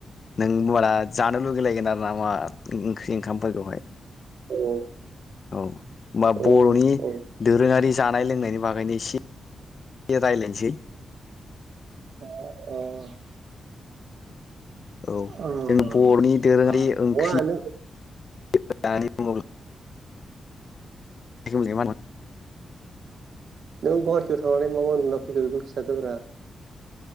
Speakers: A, on the left; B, on the right.
A: नों होनबाना जानो लुगैलायगोन आरोना मार ओंख्रि ओंखामफोरखौहाय
B: औ
A: औ होमबा
B: औ
A: बर'नि
B: औ
A: दोरोङारि जानाय लोंनायनि बागैनो एसे रायलायनोसै
B: अ औ
A: औ
B: नङा
A: जों बर'नि दोरोङारि ओंख्रि
B: नों
A: होननानै बुङोब्ला <unintelligible>
B: नों गुवाहाटियाव थांनानै मा नुना फैखो बेखौ खिथादोब्रा